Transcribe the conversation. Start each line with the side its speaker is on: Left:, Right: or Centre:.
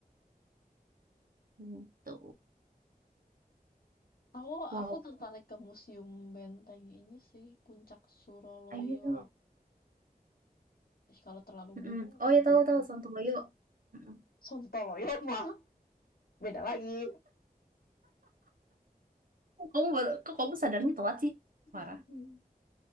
Right: Gitu.
Left: Aku,
Right: Wow.
Left: aku tertarik ke Museum Benteng ini sih. Puncak Suroloyo.
Right: Ayo.
Left: Ih, kalau terlalu
Right: Mm-mm.
Left: gunung
Right: Oh
Left: mah
Right: ya, tahu
Left: jangan.
Right: tahu Santoyo. Mm-mm.
Left: Sontoloyo mah beda lagi.
Right: Kok Kamu baru, kok kamu sadarnya telat sih?
Left: <laughs>
Right: Parah.